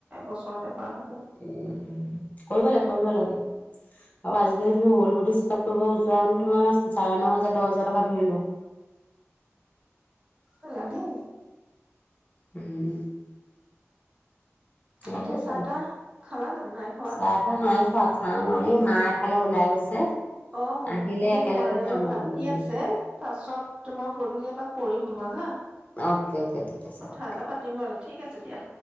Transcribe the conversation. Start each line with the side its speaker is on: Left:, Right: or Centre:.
Right: বছৰত এবাৰ হ'লে
Left: উম কৰিব লাগে কৰিব লাগে আ আজি কালি তুমি হ'ল বডি চেকআপ কৰিব যোৱা মানে তোমাৰ চাৰে ন হাজাৰ দহ হাজাৰ টকা ধৰি লোৱা
Right: অ লাগে
Left: উম লাগিব
Right: এতিয়া চাহ তাহ খালা জানো নাই খালা
Left: চাহ তাহ নাই খোৱা খাম আৰু মা এফালে ওলাই গৈছে
Right: অ
Left: আহিলে
Right: মোক
Left: একেলগে
Right: মায়ে
Left: খাম
Right: মাতি
Left: আৰু
Right: আছে পাছত মই গধূলি এপাক কৰিম তোমাক হা
Left: অ'কে অ'কে ঠিক আছে
Right: কথা
Left: হ'ব
Right: এটা পাতিম বাৰু ঠিক আছে দিয়া।